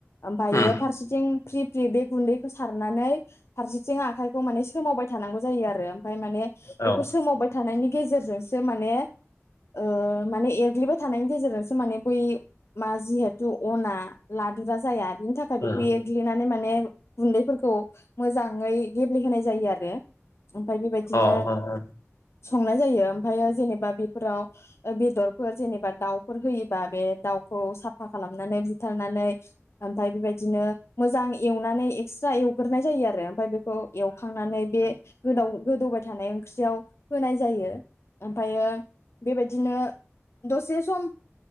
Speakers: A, on the left; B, on the left.
A: ओमफायो
B: उम
A: फारसेथिं फ्रि फ्रि बे गुन्दैखौ सारनानै फारसेथिं आखाइखौ माने सोमावबाय थानांगौ जायो आरो। ओमाय माने
B: अ
A: बेखौ सोमावबाय थानायनि गेजेरजोंसो माने ओ माने एर ग्लिबाय थानायनि गेजेरजोंसो माने बै मा जिहेथु अना लादुरा जाया। बिनि थाखाय बेखौ
B: उम ओ उम
A: एरग्लिनानै माने गुन्दैफोरखौ मोजाङै गेब्लेहोनाय ओमफाय बेबायदिनो
B: ओ उम
A: संनाय जायो ओमफायो जेनेबा फोराव ओ बेदरफोर जेनेबा दाउ फोर होयोबा बे दाउखौ साफा खालामनानै बुथारनानै ओमफाय बेबायदिनो मोजां एवनानै एक्स्रा एवग्रोननाय जायो आरो ओमफाय बे खौ एवखांनानै बे गोदाव गोदौबाय थानाय ओंख्रियाव होनाय जायो ओमफायो बेबायदिनो दसे सम